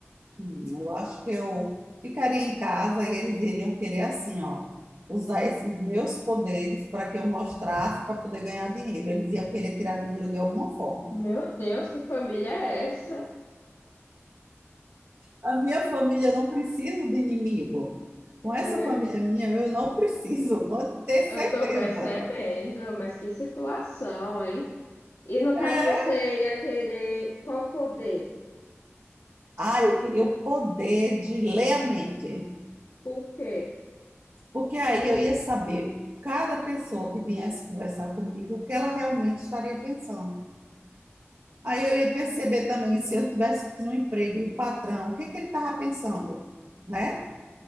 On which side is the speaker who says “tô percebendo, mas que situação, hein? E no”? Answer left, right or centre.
Left